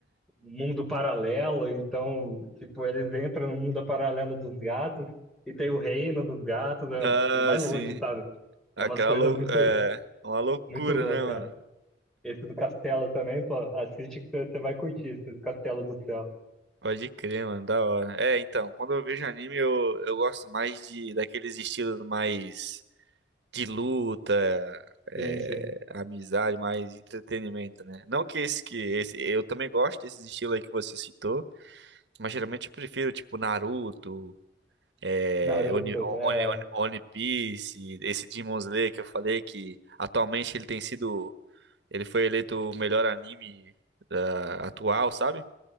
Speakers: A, in the centre; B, on the right.
A: mundo paralelo, então, tipo, eles entram no mundo paralelo dos gatos e tem o reino dos gatos é-
B: Ah,
A: e vai longe,
B: sim.
A: sabe?
B: Aquela
A: É umas coisas
B: lou...
A: muito,
B: é... uma loucura,
A: muito louca.
B: né, mano?
A: Esse do castelo também, pô, assiste que você vai curtir esse do Castelo do Céu.
B: Pode crer, mano, da hora. É, então, quando eu vejo anime, eu, eu gosto mais de daqueles estilos mais de luta, é,
A: Sim, sim.
B: amizade, mais entretenimento, né? Não que esse que esse, eu também gosto desses estilos aí que você citou, mas geralmente eu prefiro tipo Naruto, é,
A: Naruto,
B: Oni- Oni-
A: é,
B: Oni- One Piece, esse Demon Slayer que eu falei que atualmente ele tem sido, ele foi eleito o melhor anime ah, atual, sabe?